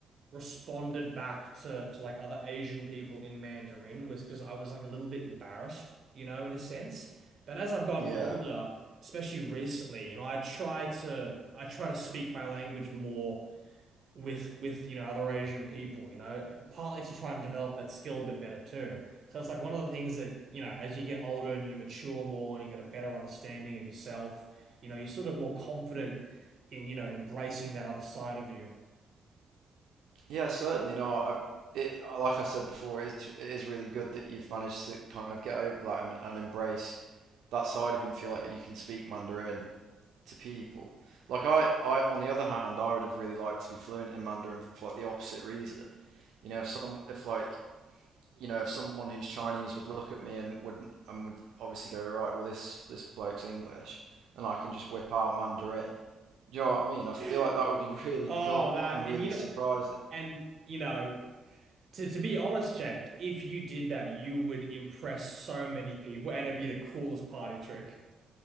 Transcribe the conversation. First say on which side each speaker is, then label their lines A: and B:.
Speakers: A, on the right; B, on the right.
A: responded back to to like other Asian people in Mandarin was because I was like a little bit embarrassed, you know, in a sense. But as I've gotten
B: Yeah.
A: older, especially recently, you know, I try to I try to speak my language more with with you know other Asian people, you know, partly to try and develop that skill a bit better too. So it's like one of the things that, you know, as you get older and you mature more and you get a better understanding of yourself, you know, you're sort of more confident in, you know, embracing that other side of you.
B: Yeah, certainly. No, I it like I said before, it is it is really good that you've managed to kind of get over that and, and embrace that side of you and feel like you can speak Mandarin to people. Like I, I on the other hand, I would have really liked to be fluent in Mandarin for like the opposite reason. You know, if some if like you know, if someone who's Chinese would look at me and would and would obviously go, right, well this this bloke's English and I can just whip out Mandarin. Do you know what I mean? I feel
A: <laughs>
B: like that would be really
A: Oh,
B: cool
A: that
B: and really
A: and you know
B: surprising.
A: and you know to to be honest, Jake, if you did that, you would impress so many people and it'd be the coolest party trick.